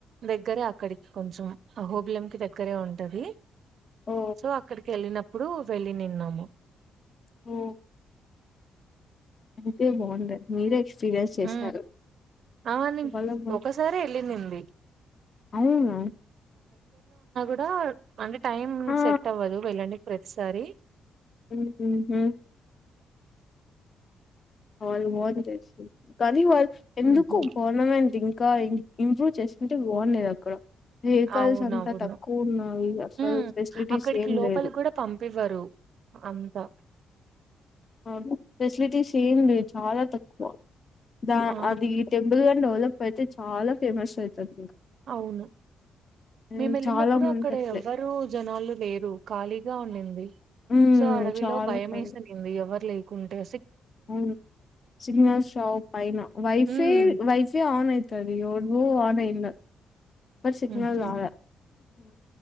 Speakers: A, on the right; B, on the left.
A: దగ్గరే అక్కడికి కొంచం అహోబిలం కి దగ్గరే ఉంటది
B: ఓ
A: సో అక్కడికి ఎళ్ళినప్పుడు వెళ్ళి నిన్నాము
B: ఓ అంతే బాగుండది మీరే ఎక్స్పీరియన్స్ చేశారు
A: ఉ ఆ నేను
B: వాళ్ళ-
A: ఒకసారి వెళ్ళి నింది
B: అవునా
A: బ అంటే టైం
B: ఆ
A: సెట్ అవ్వదు వెళ్ళనికీ ప్రతి టైం సరీ
B: ఉహూ వాల్ మ చే కాగాని వాల్ ఎందుకు
A: ఉహు
B: గవర్నమెంట్ ఇంకా ఇంప్రూవ్ చేసుకుంటే బాగుండేది అక్కడ వెహికల్స్
A: అవునవును
B: అంతా తక్కువ ఉన్నాయి అసలు
A: ఉమ్
B: ఫెసిలిటీస్
A: అక్కడికి
B: ఏం
A: లోపలి
B: లేదు
A: కూడా పంపివ్వరు అంతా
B: అవను ఫెసిలిటీస్ ఏమ్ లేదు చాలా తక్కువ దా
A: ఆ
B: అది ఈ టెంపుల్ కానీ డెవలప్ అయితే చాలా ఫేమస్ అవుతుది
A: అవును
B: హ్మ్,
A: మేము వెళ్ళినప్పుడు
B: చాలా మంది
A: అక్కడ
B: అట్లే
A: ఎవ్వరు జనాలు లేరు ఖాళీ గా ఉండింది
B: మ్మ్
A: సో అడవిలో
B: చాలా
A: భయం
B: కళ్ళు
A: వేసినింది ఎవ్వరు లే కుంటే
B: అవును సిగ్నల్ షాప్ అయినా వైఫై
A: ఉమ్
B: వైఫై ఆన్ యిత సదిోనుో ఆన ఇలా ఇక్కడ సిగ్నల్
A: ఉహు
B: రాలే హ్మ్